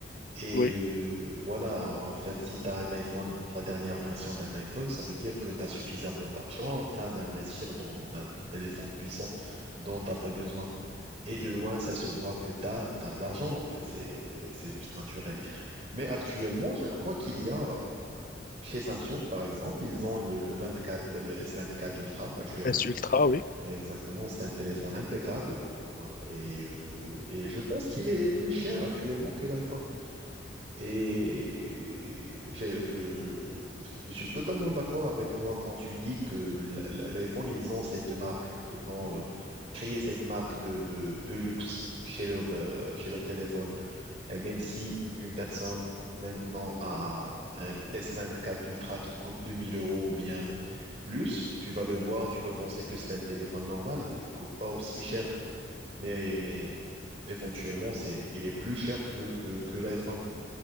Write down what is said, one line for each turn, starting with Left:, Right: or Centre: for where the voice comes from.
Right: Et
Left: oui,
Right: euh, voilà, en fait, si tu as un iPhone, la dernière version d'un iPhone, ça veut dire que tu as suffisamment d'argent afin d'investir dans un téléphone puissant dont tu n'as pas besoin. Et de loin, ça se voit que tu as, de l'argent, en fait. C'est, c'est juste naturel. Mais actuellement, je crois qu'il y a, euh, chez Samsung, par exemple, ils ont le, le vingt-quatre, le s vingt-quatre Ultra actuellement.
Left: S ultra, oui.
Right: Exactement, c'est un téléphone impeccable. Euh, Et, euh, et je pense qu'il est plus cher actuellement que l'iPhone. Et j'ai- je, je, je suis totalement d'accord avec toi quand tu dis que l- l- l'iPhone, ils ont cette marque, ils ont euh, créé cette marque de, de, de luxe chez leur, euh, chez leur téléphone. Et même si une personne maintenant a un s vingt-quatre Ultra qui coûte 2000 euros ou bien plus, tu vas le voir, tu vas penser que c'est un téléphone normal, il ne coûte pas aussi cher, mais, mais euh, éventuellement, c'est, il est plus cher que, que, que l'iPhone.